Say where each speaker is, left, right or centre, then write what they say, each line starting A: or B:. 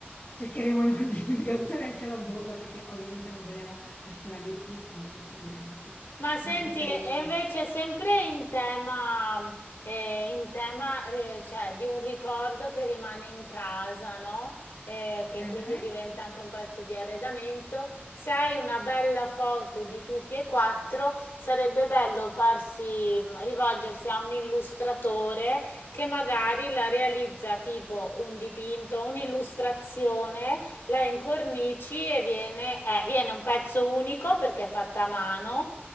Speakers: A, on the left (about 45°); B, on the left (about 70°).
A: cercheremo no, di <laughs> sganciare anche la bomba, anche se ovviamente non vogliamo oscurare gli sposi, figuriamoci.
B: Ma senti,
A: Non è questa
B: e
A: l'idea.
B: e invece sempre in tema, eh, in tema eh, cioè, di un ricordo che rimane in casa, no? Eh, che
A: Eh,
B: quindi
A: eh.
B: diventa anche un pezzo di arredamento. Se hai una bella foto di tutti e quattro, sarebbe bello farsi, mh, rivolgersi a un illustratore che magari la realizza tipo un dipinto, un'illustrazione, la incornici e viene eh, viene un pezzo unico perché è fatta a mano